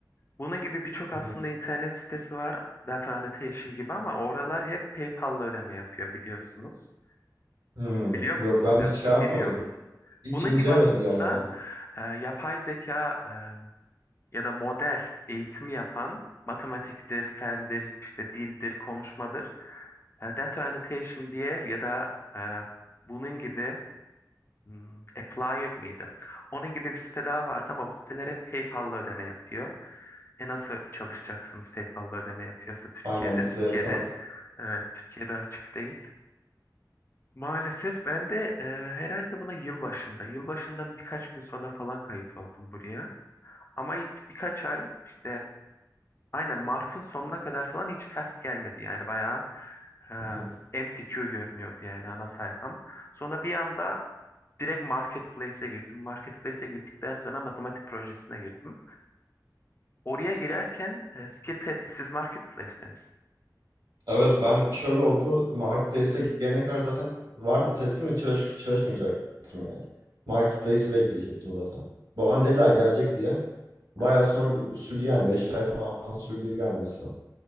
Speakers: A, on the left (about 35°); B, on the right (about 75°).
A: Bunun gibi birçok
B: Hı
A: aslında
B: hı.
A: internet sitesi var. Data Annotation gibi ama oralar hep PayPal'la ödeme yapıyor biliyorsunuz.
B: Hmm,
A: Biliyor musunuz
B: Yok ben
A: yoksa
B: hiç şey yapmadım.
A: bilmiyor musunuz?
B: Hiç
A: Bunun
B: incelemedim
A: gibi aslında
B: diğerlerine.
A: e, yapay zeka e, ya da model eğitimi yapan matematiktir, fendir, işte dildir, konuşmadır. E, Data Annotation diye ya da e, bunun gibi Hmm, Applier mıydı? Onun gibi bir site daha vardı ama bu siteler hep PayPal'la ödeme yapıyor. E nasıl çalışacaksınız PayPal'la ödeme yapıyorsa Türkiye'de?
B: Aynen bizde
A: Türkiye'de
B: yasak.
A: evet Türkiye'de açık değil. Maalesef ben de e, herhalde buna yılbaşında, yılbaşından birkaç gün sonra falan kayıt oldum buraya. Ama ilk birkaç ay işte aynen Mart'ın sonuna kadar falan hiç test gelmedi. Yani bayağı e,
B: Hı hı.
A: empty queue görünüyordu yani ana sayfam. Sonra bir anda Direkt marketplace'e girdim. Marketplace'e girdikten sonra matematik projesine girdim. Oraya girerken e, skill test, siz marketplace'teniz.
B: Evet ben şöyle oldu. Marketplace'e gelene kadar zaten vardı teslim ve çalış, çalışmayacaktım yani. Marketplace'i bekleyecektim zaten. Bana dediler gelecek diye. Bayağı
A: Aha,
B: sonra bu- sürdü yani beş ay falan sürdü gelmesi.